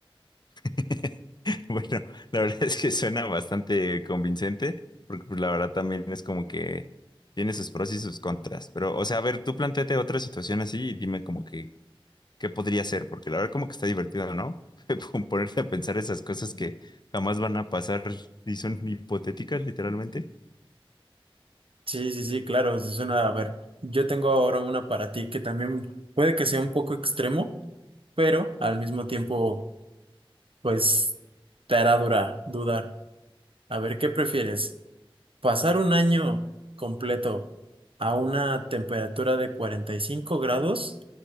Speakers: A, on the left; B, on the right.
A: <laughs> Bueno, la verdad es que suena bastante convincente, porque pues, la verdad también es como que tiene sus pros y sus contras. Pero, o sea, a ver, tú planteate otra situación así y dime como que qué podría ser, porque la verdad como que está divertido, ¿no? <laughs> Ponerte a pensar esas cosas que jamás van a pasar y son hipotéticas, literalmente.
B: Sí, sí, sí, claro, eso suena, a ver, yo tengo ahora una para ti que también puede que sea un poco extremo, pero al mismo tiempo, pues, te hará durar, dudar. A ver, ¿qué prefieres? Pasar un año completo a una temperatura de 45 grados